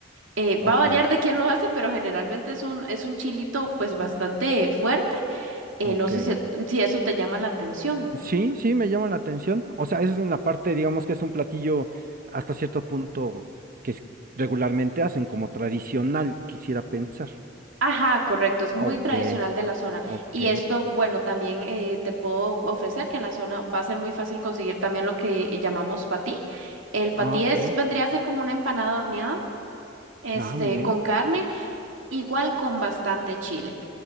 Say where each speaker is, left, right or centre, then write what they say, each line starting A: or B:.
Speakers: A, on the right; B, on the right.
A: Eh, va
B: ok,
A: a variar de quién lo hace, pero generalmente es un, es un chilito pues bastante fuerte. Eh,
B: ok.
A: no sé si, si eso te llama la atención.
B: Sí, sí, me llama la atención. O sea, esa es en la parte, digamos que es un platillo hasta cierto punto que es- regularmente hacen como tradicional, quisiera pensar.
A: Ajá, correcto, es muy
B: Ok,
A: tradicional de la zona.
B: ok.
A: Y esto, bueno, también eh, te puedo ofrecer que en la zona va a ser muy fácil conseguir también lo que llamamos patí. El patí
B: Ah,
A: es,
B: ok.
A: vendría a ser como una empanada horneada, este,
B: Ah, muy bien.
A: con carne, igual con bastante chile.